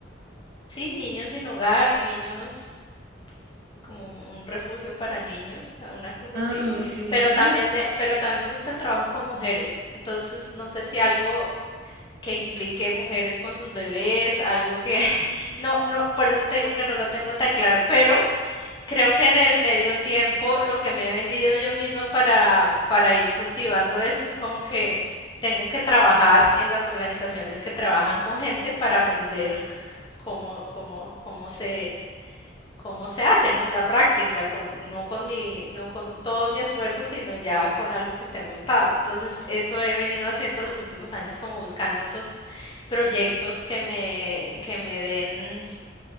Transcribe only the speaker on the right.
Ah,
ok.
Ay,